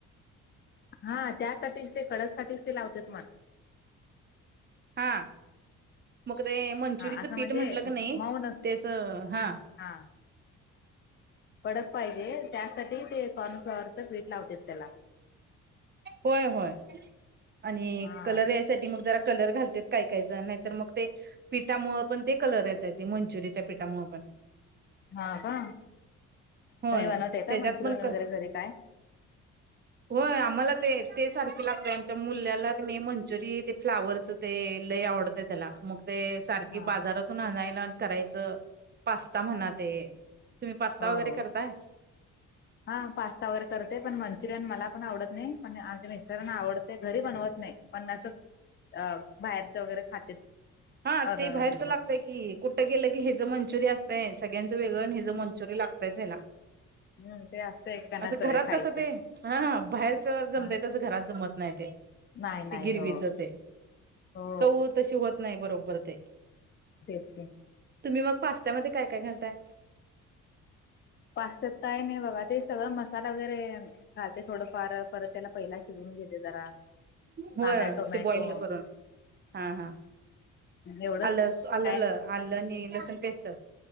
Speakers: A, on the left; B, on the right.
A: हा त्यासाठीच ते कडकसाठीच ते लावते मला
B: हा मग ते मंचुरीिचं
A: हा असं
B: पीठ
A: म्हणजे
B: म्हटलं क नाही
A: मऊ न
B: तेच हा
A: हा कडक पाहिजे त्यासाठी ते कॉर्नफ्लॉवरच स्वीट लावते त्याला
B: होय होय आणि
A: हा.
B: कलरस मग जरा कलर घालते काय काही जण नाही तर मग ते पिठामुळे पण ते कलर येतेत ते मंचुरियाच्या पीठामुळे पण
A: हा का
B: होय
A: तुम्ही बनवताय का
B: त्याच्यात
A: मंचुरियन
B: पण क
A: वगैरे घरी काय?
B: हो आम्हाला ते ते सारखी लागते आमच्या मुल्याला नाही मंचुरीि ते फ्लावरच ते लय आवडत त्याला मग ते सारखी
A: हा.
B: बाजारातून आणायला करायचं पास्ता म्हणाते तुम्ही पास्ता
A: हो
B: वगैरे
A: हो.
B: करताय
A: हा पास्ता वगैरे करते पण मंचुरियन मला पण आवडत नाही पण आमच्या मिस्टरना आवडते घरी बनवत नाही पणना अस अ बाहेरच वगैरे खातेत
B: हा
A: ऑर्डर
B: ते बाहेरच
A: वगैरे
B: लागतय
A: करून.
B: कि कुठं गेलं की हे जं मंचुरिय असतय सगळ्यांचं वेळं हे जं मंचुिय लागय हला
A: हम्म ते एकेकांना
B: असं
A: सवय
B: घरात
A: खायचं.
B: कसं ते हाा बाहेरच जमताय
A: हा.
B: असं घरात जमत नाही ते
A: नाही नाही
B: ती गिरवीच
A: हो
B: ते
A: हो
B: च तशी होत नाही बरोबर ते
A: तेच
B: तुम्ही मग पास्त्यामध्ये काय काय घालताय
A: पास्त्यात काय नाही बघा ते सगळं मस्त मसाला वगैरे घालते थोडफार परत त्याला पहिला शिजवून घेते जरा
B: होय
A: कांदा टोमॅटो
B: ते बॉइल करून हा हा
A: एवढंच
B: आलं आलं
A: काय
B: आलं आणि लसूण पेस्ट